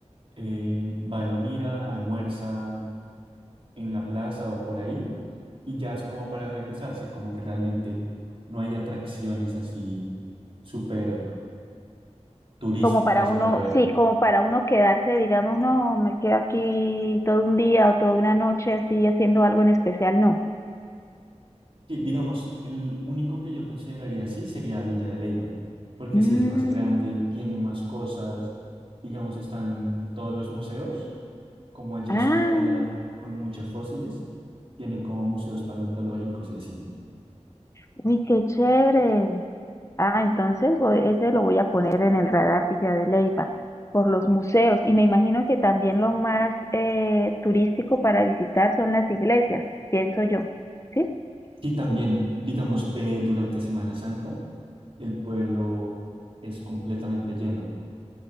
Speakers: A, on the right; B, on the left.
A: eh, va, lo mira, almuerza en la plaza o por ahí, y ya es como para regresarse, como que realmente no hay atracciones así súper turísticas
B: Como para uno,
A: para ver.
B: sí, como para uno quedarse, digamos, no, me quedo aquí todo un día o toda una noche así haciendo algo en especial, no.
A: Sí, digamos, el único que yo consideraría así sería Villa de Leyva, porque
B: Mm,
A: sí es más grande, tiene más cosas, digamos, están todos los museos, como allá
B: ah,
A: es un área con muchos fósiles, tienen como museos paleontológicos y así.
B: uy, qué chévere. Ah, entonces voy- ese lo voy a poner en el radar Villa de Leyva por los museos y me imagino que también lo más eh, turístico para visitar son las iglesias, pienso yo, ¿sí?
A: Sí, también, digamos, eh, durante Semana Santa, el pueblo es completamente lleno.